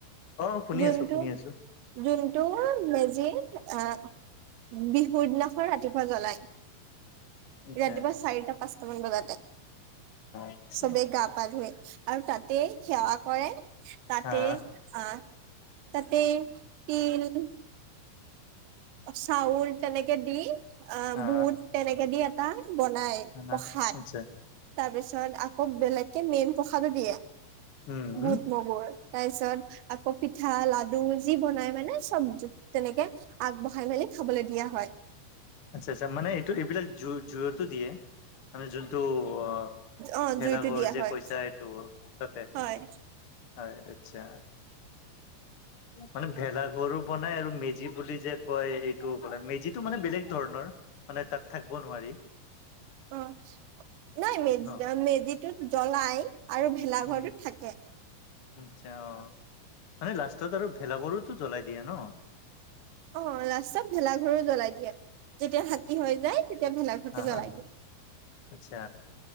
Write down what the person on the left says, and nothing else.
অ' শুনি
আছোঁ শুনি আছোঁ।
আচ্ছা,
আচ্ছা,
হা,
হা,
হা,
আচ্ছা,
উম।
আচ্ছা আচ্ছা মানে এইটো এইবিলাক জু- জুইতো দিয়ে মানে যোনটো অ
ভেলাঘৰ
যে
কৈছা এইটো তাতে
হয় আচ্ছা মানে ভেলাঘৰো বনাই আৰু মেজি বুলি যে কয় এইটো মানে মেজিটো মানে বেলেগ ধৰণৰ মানে তাত থাকিব নোৱাৰি।
ন
উম
আচ্ছা অঁ মানে লাষ্টত আৰু ভেলা ঘৰোটো জ্বলাই দিয়ে ন।
হা
হা
আচ্ছা